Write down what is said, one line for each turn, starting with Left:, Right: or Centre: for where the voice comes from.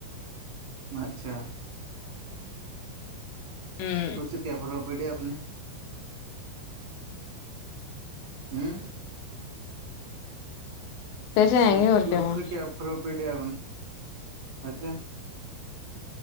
Right: اچھا
Left: ہوں
Right: اس سے کیا پراپرٹی ہے آپ نے ہوں
Left: پیسے آئیں
Right: اس
Left: گے اور
Right: اس
Left: ہوا
Right: سے کیا پروفٹ ہے اچھا